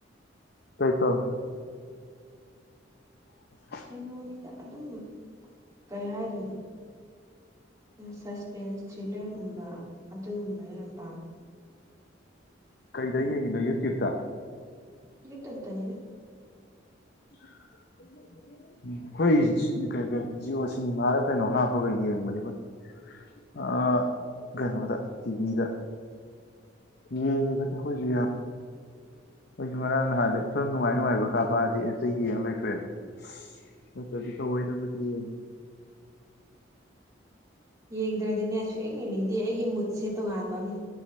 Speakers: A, on the left (about 60°); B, on the right (about 20°).
A: ꯀꯩ ꯀ <unintelligible> <inaudible>
B: ꯀꯩꯅꯣꯅꯤꯗ ꯑꯗꯨꯝ ꯀꯩ ꯍꯥꯏꯗꯣꯏꯅꯣ ꯁꯁꯄꯦꯟꯁ ꯊ꯭ꯔꯤꯂꯔꯒꯨꯝꯕ ꯑꯗꯨꯒꯨꯝꯕꯅ ꯌꯥꯝ ꯄꯥꯝꯃꯦ
A: ꯀꯩꯗ ꯌꯦꯡꯉꯤꯅꯣ ꯌꯨꯇ꯭ꯌꯨꯞꯇ
B: ꯌꯨꯇ꯭ꯌꯨꯞ ꯇꯅꯤꯗ
A: <inaudible> ꯎꯝ ꯑꯩꯈꯣꯏ ꯀꯩ ꯀ ꯖꯤꯑꯣ ꯁꯤꯅꯦꯃꯥꯒ ꯀꯩꯅꯣ ꯍꯥꯞꯄꯒ ꯌꯦꯡꯕꯅꯦ ꯑꯩꯈꯣꯏ ꯑꯥ ꯀꯩꯅꯣꯗ ꯇꯤꯚꯤꯗ ꯌꯦꯡꯉꯤꯕꯅꯤ ꯑꯩꯈꯣꯢꯁꯨ ꯌꯥꯝ ꯑꯩꯁꯨ ꯉꯔꯥꯡ ꯅꯍꯥꯟꯗꯩ ꯐꯤꯂꯝ ꯅꯨꯡꯉꯥꯏ ꯅꯨꯡꯉꯥꯏꯕ ꯀꯥꯞꯄꯛꯑꯗꯤ ꯑꯇꯩ ꯌꯦꯡꯉ ꯂꯩꯊꯣꯛꯑꯦꯅ ꯆꯠꯇꯣꯢꯁꯤꯁꯨ ꯑꯣꯏꯅꯕꯗꯤꯑꯅꯦ
B: ꯌꯦꯡꯗ꯭ꯔꯗꯤꯅꯦ ꯁꯨꯛꯌꯦꯡ ꯌꯦꯡꯅꯤꯡꯗꯦ ꯑꯩꯒꯤ ꯃꯨꯠꯁꯦ ꯇꯣꯉꯥꯟꯕ ꯑꯝꯅꯤ